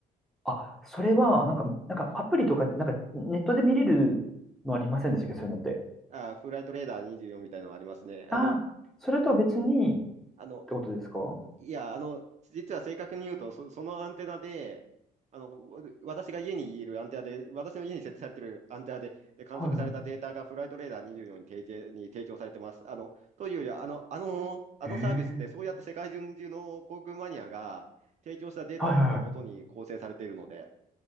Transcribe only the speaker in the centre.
あ、それは、なんか、なんかアプリとか、なんかネットで見れるのありませんでしたっけ、そういうのって。
あ、
それとは別にっ
てことですかは
いは
い。ええ
はいはいはい。